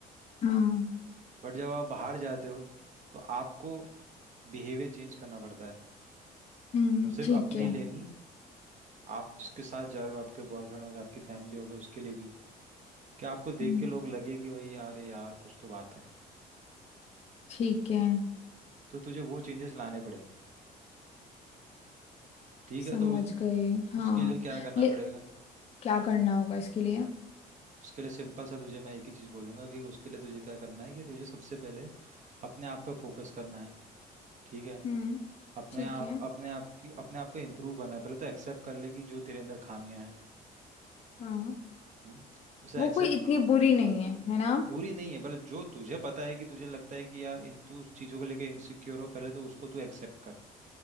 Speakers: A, on the left; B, on the right.
A: हाँ
B: बट जब आप बाहर जाते हो तो आपको बिहेवियर चेंज करना पड़ता है
A: हम्म
B: सिर्फ
A: ठीक
B: अपनी
A: है
B: लेनी आप जिसके साथ जा रहे हो आपके बॉयफ्रेंड हो गए आपकी फैमिली हो गए उसके लिए भी कि आपको देख
A: हम्म,
B: के लोग लगे कि भाई यार ये यार कुछ तो बात है
A: ठीक है
B: तो तुझे वो चेंजेस लाने पड़ेंगे ठीक
A: समझ
B: है तो उस,
A: गए हाँ
B: उसके लिए क्या करना
A: ले
B: पड़ेगा
A: क्या करना होगा इसके लिए
B: उसके लिए सिंपल सा तुझे मैं एक ही चीज़ बोलूंगा कि उसके लिए तुझे क्या करना है कि तुझे सबसे पहले अपने आप पे फोकस करना है ठीक है
A: हम्म
B: अपने
A: ठीक
B: आप
A: है
B: अपने आप की अपने आप को इम्प्रूव करना है पहले तो एक्सेप्ट कर ले कि जो तेरे अंदर खामियां हैं
A: हाँ
B: हम्म, उसे
A: वो
B: एक्सेप्ट
A: कोई इतनी बुरी नहीं है है ना
B: बुरी नहीं है पहले जो तुझे पता है कि तुझे लगता है कि यार इन तू उस चीज़ों को लेकर इनसिक्योर हो पहले तो उसको तू एक्सेप्ट कर